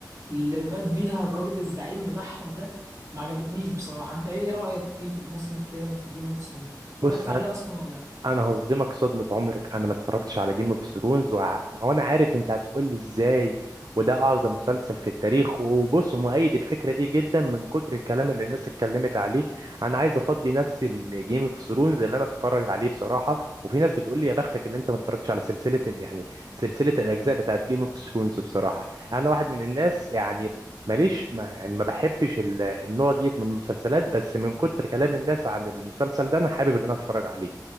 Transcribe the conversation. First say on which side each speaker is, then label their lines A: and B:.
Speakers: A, on the right; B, on the right.
A: اللي مات بيها الراجل الزعيم بتاعهم ده ما عجبتنيش بصراحه انت ايه رايك فيه في الموسم الثامن في جيم اوف ثرونز اتفرجت
B: بص انا
A: عليه اصلا ولا لا
B: انا هصدمك صدمة عمرك انا ما اتفرجتش على جيم اوف ثرونز وانا عارف انت هتقول لي ازاي وده اعظم مسلسل في التاريخ وبص مؤيد الفكرة دي جدا من كتر الكلام اللي الناس اتكلمت عليه انا عايز افضي نفسي الجيم اوف ثرونز اللي انا اتفرج عليه بصراحة وفي ناس بتقول لي يا بختك اللي انت ما اتفرجتش على سلسلة ال- يعني سلسلة الاجزاء بتاعت جيم اوف ثرونز بصراحة انا واحد من الناس يعني ماليش ما يعني ما بحبش ال- النوع ديت من المسلسلات بس من كتر كلام الناس عن المسلسل ده انا حابب ان انا اتفرج عليه